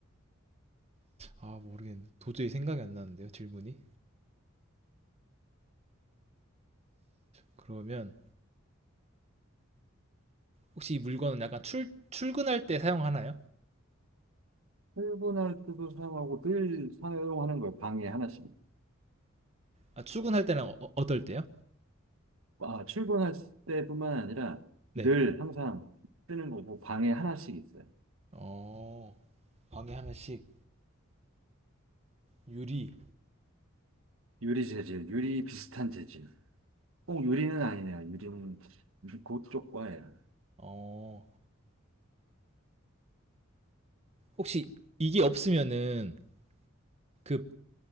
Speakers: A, on the right; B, on the right.
A: 아, 모르겠는데. 도저히 생각이 안 나는데요, 질문이. 그러면 혹시 이 물건은 약간 출 출근할 때 사용하나요?
B: 출근할 때도 사용하고 늘 사용하는 거예요. 방에 하나씩.
A: 아, 출근할 때랑 어, 어떨 때요?
B: 아, 출근할 때뿐만 아니라
A: 네.
B: 늘 항상 쓰는 거고 방에 하나씩 있어요.
A: 어, 방에 하나씩 유리
B: 유리 재질, 유리 비슷한 재질. 꼭 유리는 아니네요. 유리는 그쪽 과예요.
A: 어, 혹시 이게 없으면은 그